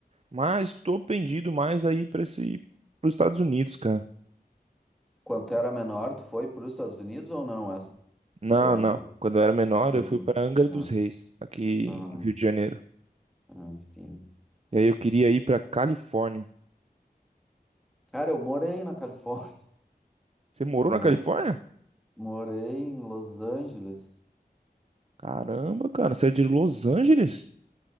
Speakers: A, on the right (about 40°); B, in the centre.
A: Mas tô pendido mais aí pra esse... pros Estados Unidos, cara.
B: Quando tu era menor, tu foi para os Estados Unidos ou não? Essa
A: Não,
B: essa viagem
A: não.
B: do.
A: Quando eu era menor,
B: Brasil.
A: eu fui pra Angra dos
B: Ah,
A: Reis, aqui
B: ah,
A: no Rio de Janeiro.
B: ah, sim.
A: E aí eu queria ir pra Califórnia.
B: Cara, eu morei na Califórnia,
A: Você morou
B: mas
A: na Califórnia?
B: morei em Los Angeles.
A: Caramba, cara, você é de Los Angeles?